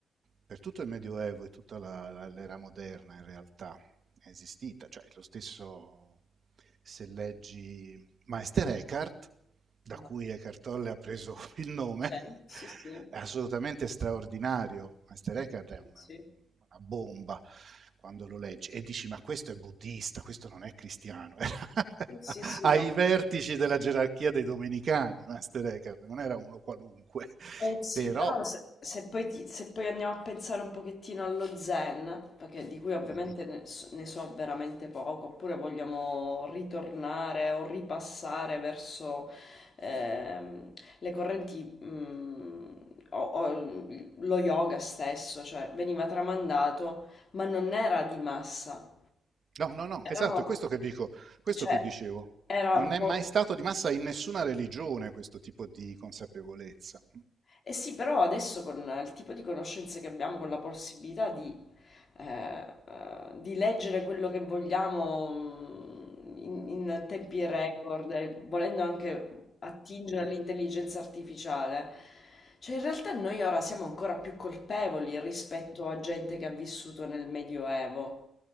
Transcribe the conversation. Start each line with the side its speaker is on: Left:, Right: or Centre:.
Right: per tutto il Medioevo e tutta la, la, l'era moderna in realtà, è esistita, cioè lo stesso se leggi Meister Eckhart, da cui
Left: ah,
Right: Eckhart Tolle
Left: sì.
Right: ha preso <laughs> il nome,
Left: Cioè, sì, sì,
Right: è assolutamente straordinario. Meister Eckhart è una,
Left: sì,
Right: una bomba quando lo leggi e dici ma questo è buddista, questo non è cristiano, era <laughs>
Left: sì, sì, sì,
Right: ai
Left: no.
Right: vertici della gerarchia dei domenicani, Master Eckhart, non era uno qualunque,
Left: Eh sì,
Right: però
Left: però se, se poi ti- se poi andiamo a pensare un pochettino allo zen, perché di cui ovviamente
Right: mm,
Left: ne so, ne so veramente poco, oppure vogliamo ritornare o ripassare verso ehm, le correnti, mm, o, o lo yoga stesso, cioè veniva tramandato, ma non era di massa,
Right: No, no, no,
Left: erano,
Right: esatto, è questo che dico, questo
Left: cioè,
Right: che dicevo.
Left: era
Right: Non
Left: un
Right: è
Left: po'...
Right: mai stato di massa in nessuna religione questo tipo di consapevolezza.
Left: Eh sì, però adesso con il tipo di conoscenze che abbiamo, con la possibilità di, eh, eh, di leggere quello che vogliamo mm, in, in tempi record, e volendo anche attingere all'intelligenza artificiale, cioè in realtà noi ora siamo ancora più colpevoli rispetto a gente che ha vissuto nel Medioevo.